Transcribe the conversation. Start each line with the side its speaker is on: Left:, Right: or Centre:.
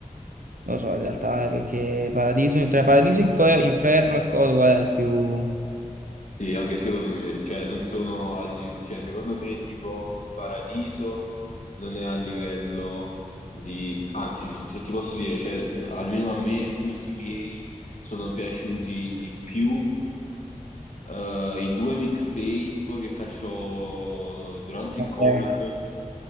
Right: non Lo so, in realtà, eh, perché Paradiso, tra Paradiso, Infer- Inferno e Code, qual è il più...
Left: Sì, anche secondo me, cioè non sono al li- cioè secondo me tipo il Paradiso non è a livello di, anzi se ti posso dire, cioè almeno a me, gusti miei, sono piaciuti di più eh, i due mixtape che cacciò durante il Covid
Right: Eh,